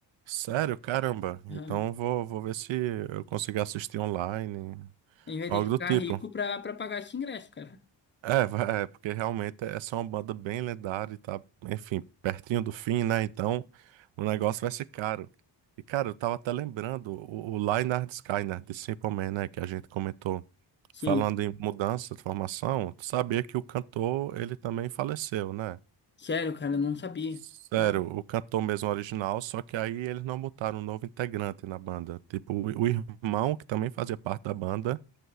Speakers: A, on the right; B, on the left.
A: Sério? Caramba. Então
B: Aham.
A: eu vou, vou ver se eu consigo assistir online,
B: A gente vai
A: algo
B: ter que
A: do
B: ficar
A: tipo.
B: rico pra, pra pagar esse ingresso, cara.
A: É, <laughs> vai- é, porque realmente essa é uma banda bem lendária e tá, enfim, pertinho do fim, né? Então o negócio vai ser caro. E, cara, eu tava até lembrando o, o Lynyrd Skynyrd né, de Simple Man, né? Que a gente comentou.
B: Sim,
A: Falando em mudança de formação, tu sabia que o cantor, ele também faleceu, né?
B: sério, cara, eu não sabia.
A: Sério,
B: Não.
A: o cantor mesmo original, só que aí eles não botaram um novo integrante na banda. Tipo, o, o irmão, que também fazia parte da banda,